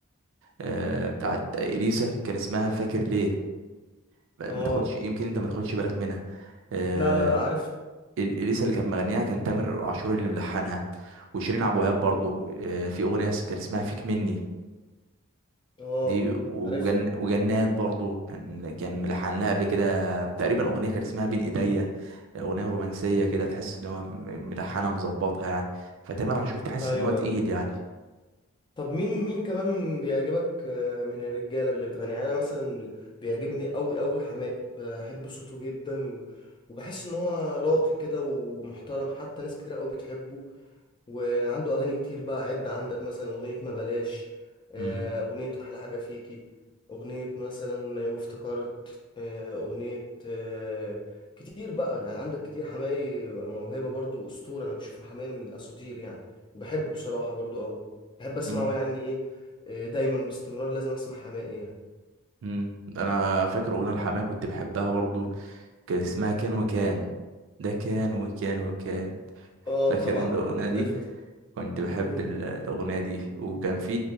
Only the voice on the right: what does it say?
آه بتاعت اليسا كان اسمها فاكر ليه ما
تاخدش يمكن انت ما تاخدش بالك منها آه،
ال- اليسا اللي كانت مغنيها كان تامر عاشور اللي ملحنها وشيرين عبد الوهاب برضو آه، في اغنيه س- كان اسمها فيك مني
دي وجن
وجنات برضو كان كان ملحن لها قبل كده تقريبا اغنيه كانت اسمها بين ايديا اغنيه رومانسيه كده تحس ان هو م- ملحنها مظبطها يعني فتامر عاشور تحس
ان هو تقيل
يعني
امم
امم
امم انا فاكر اغنيه الحماية كنت بحبها برضو كان اسمها كان وكان ده كان وكان وكان
فاكر
انت الاغنيه
دي
كنت بحب
ال- الأغنية دي وكان في